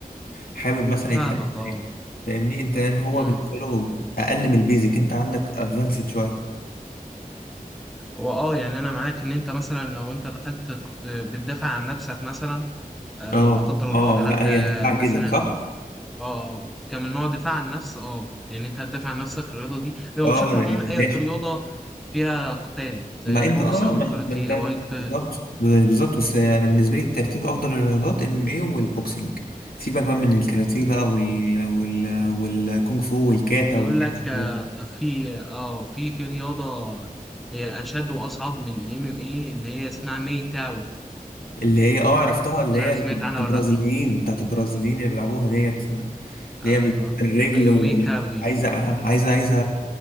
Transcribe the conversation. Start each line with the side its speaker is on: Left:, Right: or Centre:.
Left: حابب مثلا
Centre: فاهمك
Left: يتعرف
Centre: اه
Left: معاك. فاهمني انت ان هو
Centre: امم
Left: بالنسبه له اقل من البيزك انت عندك ادفانسد شويه
Centre: هو اه يعني انا معاك ان انت مثلا لو انت دخلت ق- آه، بتدافع عن نفسك مثلا آه،
Left: اه
Centre: لا قدر
Left: اه
Centre: الله حد
Left: لا هي
Centre: آه،
Left: هتنفعك
Centre: مثلا
Left: جدا صح
Centre: اه كان من نوع دفاع عن النفس اه يعني انت هتدافع عن نفسك الرياضه دي هو
Left: اه
Centre: بشكل
Left: ده
Centre: عام اي
Left: ماشي
Centre: رياضه فيها قتال زي
Left: ما
Centre: البوكس
Left: انت اه
Centre: او
Left: ما
Centre: الكاراتيه
Left: انت ما انت-
Centre: او اي قتال
Left: بالظبط بالظبط بس انا بالنسبه لي الترتيب افضل الرياضات ام ام اي والبوكسنج سيبك بقى من الكاراتيه بقى وال وال والكونغ فو والكاتا
Centre: بيقول
Left: والحاجات
Centre: لك آه، في اه في في رياضه هي اشد واصعب من الام ام اي اللي هي اسمها ماي تاو
Left: اللي هي اه عرفتها اللي
Centre: مش
Left: هي
Centre: عارف
Left: بتاعت
Centre: سمعت عنها
Left: البرازيليين
Centre: ولا لا
Left: بتاعت البرازيليين اللي بيلعبوها ديت اللي هي
Centre: ايوه
Left: بتجيب الرجل
Centre: ايوه
Left: وعايزة
Centre: ماي تاو دي
Left: عايزة عايزة عايزة